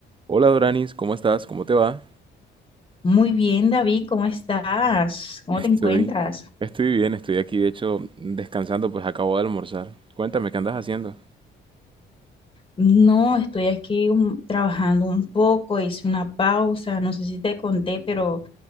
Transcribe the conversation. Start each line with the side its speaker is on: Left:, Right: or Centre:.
Right: Hola Doranis, ¿cómo estás? ¿Cómo te va?
Left: Muy bien, David, ¿cómo estás?
Right: <laughs>
Left: ¿Cómo
Right: Estoy,
Left: te encuentras?
Right: estoy bien, estoy aquí de hecho descansando, pues acabo de almorzar. Cuéntame, ¿qué andas haciendo?
Left: No, estoy aquí un- trabajando un poco, hice una pausa, no sé si te conté, pero